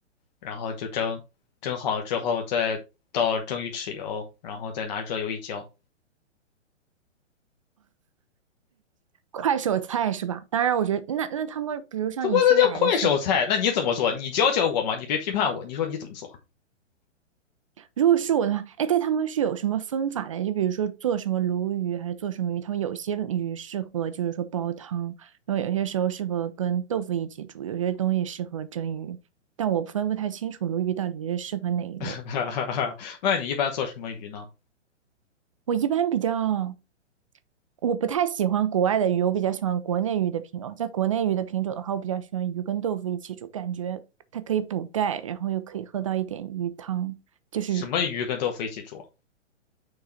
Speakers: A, on the left; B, on the right.
A: 然后就蒸。蒸好之后再倒蒸鱼豉油，然后再拿热油一浇。
B: 快手菜是吧？当然，我觉得那那他们，比如像你去买的时候，
A: 怎么那叫快手菜？那你怎么做？你教教我嘛！你别批判我，你说你怎么做？
B: 如果是我的话，哎，但他们是有什么分法的？就比如说做什么鲈鱼还是做什么鱼，他们有些鱼适合就是说煲汤，然后有些时候适合跟豆腐一起煮，有些东西适合蒸鱼，但我分不太清楚鲈鱼到底是适合哪一类。
A: <laughs> 那你一般做什么鱼呢？
B: 我一般比较我不太喜欢国外的鱼，我比较喜欢国内鱼的品种。在国内鱼的品种的话，我比较喜欢鱼跟豆腐一起煮，感觉它可以补钙，然后又可以喝到一点鱼汤，就是
A: 什么鱼跟豆腐一起煮？